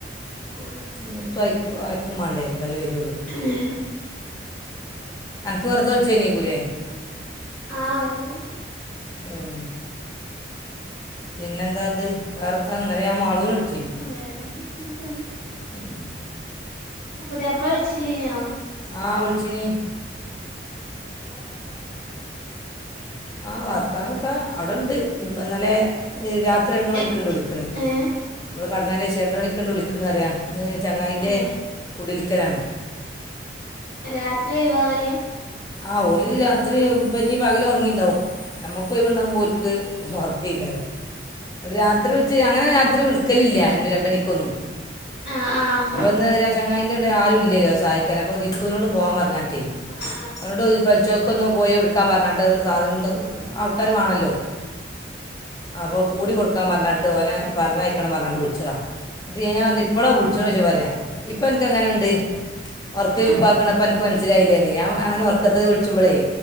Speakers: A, on the left; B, on the left.
A: ആ
B: മൂത്തു അയക്കു അയക്കും മാണ്ടേ, അപ്പളല്ലേ വരുള്ളൂ.
A: ഏഹ്
B: അൻക്ക് വെർതെ വിൾച്ചേ നിയെക്കുലേ
A: ആഹ്, വെർതെ വിളിച്ചെനി
B: ഉം പിന്നെന്താണ്ട്, വേറെത്താ ഇന്നലെ ഞാൻ മാളൂന് വിളിച്ചി നി
A: വേറെന്നെ ഇങ്ങനെ പോണ് <unintelligible>
B: <unintelligible>
A: പുതിയാപ്പിള വിളിച്ചില്ലേനോ?
B: ആഹ് വിളിച്ചീനി
A: ഇതാട്ത്തെ <unintelligible>
B: ആ ഭർത്താവന്താ, അവിടെണ്ട് ഇന്നിപ്പം ഇന്നലെ രാത്രി രണ്ട്മണിക്ക്ണ്ട്
A: ഏ
B: വിളിക്ക്ണ്.
A: ഏ
B: ഇങ്ങള് കെടെന്നേന്റെശെ രണ്ട് മണിക്ക്ണ്ട് വിളിക്ക്‌ണ്. ത്ത്ണ്അറിയാ, ഇന്ന് ചങ്ങായിൻ്റെ
A: ഏ
B: കുടിൽക്കലാണ്
A: രാത്രിയാ ഒഴിവാവല്
B: ആ ഓല് രാത്രി ഇപ്പഞ്ഞ് പകല് ഒറങ്ങീണ്ടാവും. നമ്മുക്കൊഴിവുണ്ടാകുമ്പോ ഓൽക്ക്‌ ഒറക്കേക്കാരം രാത്രിവിളിച്ച് അങ്ങനെ രാത്രി വിളിക്കലില്ല എന്നെ രണ്ടണിക്കൊന്നും.
A: ആഹ് ആഹ്
B: അപ്പോൾ ഇന്ന് വരെ ചങ്ങായിന്റെ വീട്ടിൽ ആരൂല്ലല്ലോ സഹായിക്കാൻ അപ്പോൾ ജിത്തുവിനോട് പോവാൻ പറഞ്ഞാട്ടേ
A: ആഹ് ആഹ്
B: അവനൊട് ചോയിച്ചപ്പ പരിച്ചോക്ക് ഒന്ന് പോയി എടുക്കാൻ പറഞ്ഞിട്ട് സാധന്ത് ആൾക്കാര് വാണല്ലോ അപ്പോ കൂടി കൊടുക്കാൻ പറഞ്ഞാട്ട് ഓന പറഞ്ഞയക്കണം പറഞ്ഞിട്ട് വിളിച്ചതാ എന്നിട്ട് ഞാൻ പറഞ്ഞ് ഇപ്പളാ വിളി ഇത്രയിച്ച പൊരായാ ഇപ്പന്ക്ക്‌ എങ്ങനെണ്ട് ഒറക്ക്
A: ഏഹ്
B: ഉപ്പാക്കുള്ളപ്പോ എനക്ക് മനസിലായില്ലേന്ന് ഞാൻ അങ്ങന ഉറക്കത്ത് വിളിച്ചുമ്പോളേ